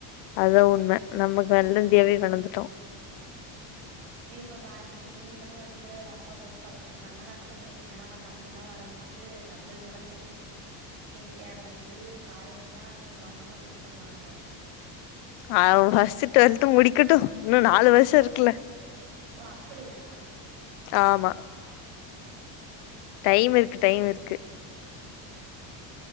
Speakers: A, on the left (about 75°); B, on the right (about 85°).
A: அதா உண்ம நம்மக் வெள்ளந்தியாவே வளந்துட்டோ
B: இப்ப பார் நீ நீங்களூ வந்து அப்பா கேர்ள்ஸ் காலேஜ் சொல்றாங்கனு அக்சப்ட் பண்ணப்பீங்க ஆனா உங்க தம்பி எல்லா வரம்போது டபுள் மடங்கு ஸ்கின் கேர்லேந்து காலேஜ்லா சும்மா அங்கமா சூஸ் பண்ணுவாங்க பாருங்க
A: அவ ஃபஸ்ட் டுவெல்த் முடிக்கட்டூ இன்னூ நாலு வருஷோ இருக்குல
B: ஓ அப்படியா
A: ஆமா
B: சேரி சேரி
A: டைம் இருக்கு டைம் இருக்கு